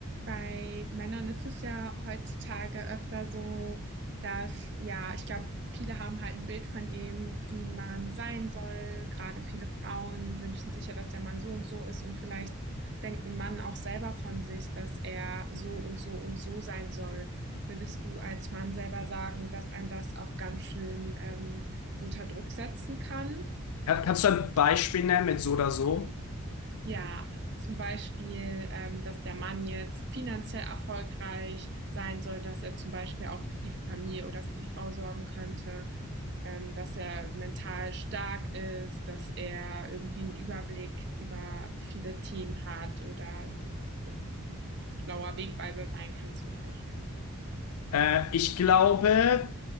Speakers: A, on the right; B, on the left.
A: Bei Männern ist es ja heutzutage öfter so, dass, ja, ich glaube, viele haben halt ein Bild von dem, wie ein Mann sein soll. Gerade viele Frauen wünschen sich ja, dass der Mann so und so ist und vielleicht denkt ein Mann auch selber von sich, dass er so und so und so sein soll. Würdest du als Mann selber sagen, dass ein das auch ganz schön, ähm, unter Druck setzen kann?
B: Kann- Kannst du ein Beispiel nennen mit so oder so?
A: Ja, zum Beispiel, ähm, dass der Mann jetzt finanziell erfolgreich sein soll, dass er zum Beispiel auch für die Familie oder für die Frau sorgen könnte, ähm, dass er mental stark ist, dass er irgendwie einen Überblick über viele Themen hat oder ähm, ja, schlauer Wegweiser sein kann zum Beispiel.
B: Äh, ich glaube,